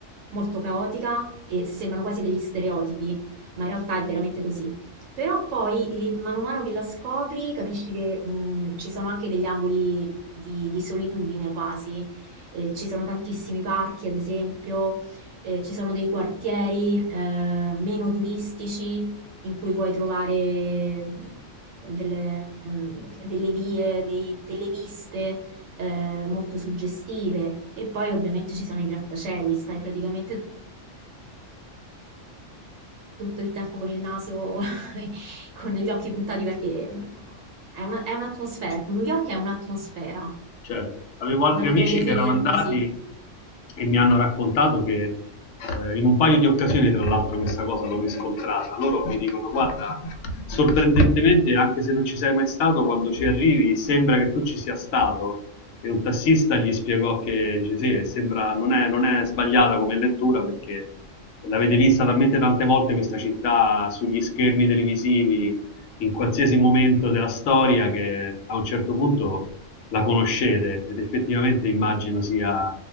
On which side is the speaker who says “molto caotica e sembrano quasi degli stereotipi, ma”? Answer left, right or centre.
Right